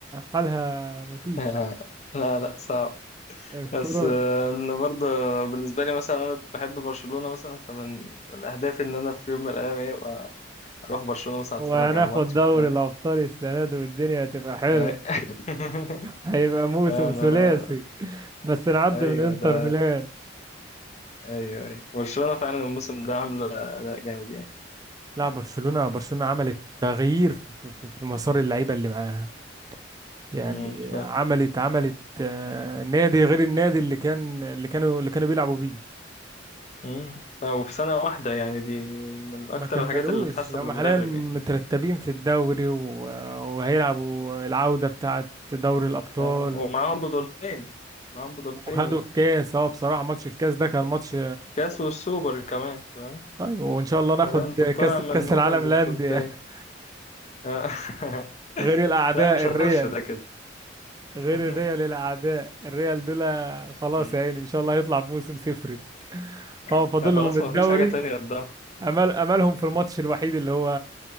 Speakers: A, on the right; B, on the left.
A: حالها مفيش
B: آه، لا لا صعب
A: الكوره
B: بس آه، انا برضه بالنسبه لي مثلا انا بحب برشلونه مثلا فمن من اهدافي ان انا في يوم من الايام ايه أبقى اروح برشلونه مثلا
A: وهناخد
B: اتفرج على ماتش
A: دوري
B: بتاع
A: الابطال السنه دي والدنيا هتبقى حلوه
B: آه. <laughs>
A: هيبقى موسم
B: انا
A: ثلاثي بس نعدي
B: ايوه
A: من انتر
B: ده
A: ميلان
B: ايوه ايوه برشلونه فعلا الموسم ده عامله اداء جامد يعني
A: لا برشلونة برشلونة عملت تغيير في, في, في مسار اللعيبة اللي معاها يعني
B: مم. ف
A: عملت عملت آه، نادي غير النادي اللي كان اللي كانوا اللي كانوا بيلعبوا بيه
B: مم. ف- وفي سنه واحده يعني دي من اكتر
A: ما كملوش
B: الحاجات اللي تحسب
A: هم
B: للمدرب
A: حاليا مترتبين
B: يعني
A: في الدوري و- وهيلعبوا العودة بتاعة دوري الأبطال
B: ف- ومعاهم بطولتين معاهم بطولتين
A: وخدوا
B: يعني.
A: الكاس اه بصراحة ماتش الكاس ده كان ماتش
B: كاس والسوبر كمان فاهم
A: طيب وإن شاء الله ناخد
B: فلا انت طالع
A: كاس
B: من
A: كاس
B: الموسم
A: العالم
B: ببطولتين
A: للأندية
B: آه. <laughs>
A: <laughs> غير الأعداء
B: لا مش
A: الريال
B: هنخش ده كده
A: غير
B: <laughs>
A: الريال الأعداء الريال دول خلاص
B: مم.
A: يا عيني إن شاء الله هيطلع بموسم صفري
B: يعني
A: اه فاضلهم
B: خلاص
A: الدوري
B: ما فيش حاجة تانية قدام
A: امل املهم في الماتش
B: مم.
A: الوحيد اللي هو